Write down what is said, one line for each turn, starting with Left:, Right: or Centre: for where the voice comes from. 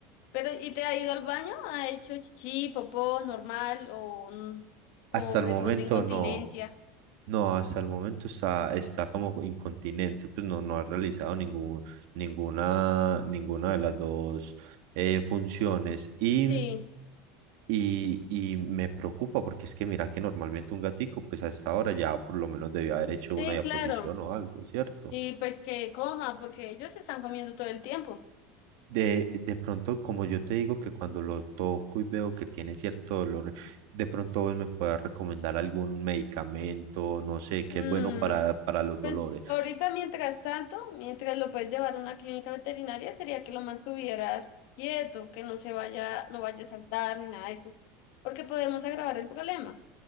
Left: Pero ¿y te ha ido al baño? ¿Ha hecho chichi, popó, normal o, n- o
Right: Hasta el
Left: de
Right: momento
Left: pronto incontinencia?
Right: no. No, hasta el momento está, está como incontinente. Pues no, no ha realizado ningún, ninguna, ninguna de las dos eh, funciones. Y,
Left: Sí,
Right: y, y me preocupa porque es que mira que normalmente un gatico, pues a esta hora ya por lo menos debió haber hecho
Left: sí,
Right: una diaposición
Left: claro.
Right: o algo, ¿cierto?
Left: Y pues que coma, porque ellos están comiendo todo el tiempo.
Right: De, de pronto, como yo te digo que cuando lo toco y veo que tiene cierto dolor, de pronto vos me puedas recomendar algún medicamento, no sé, que
Left: Mm,
Right: es bueno para, para los dolores.
Left: pues ahorita, mientras tanto, mientras lo puedes llevar a una clínica veterinaria, sería que lo mantuvieras quieto, que no se vaya, no vaya a saltar ni nada de eso, porque podemos agravar el problema.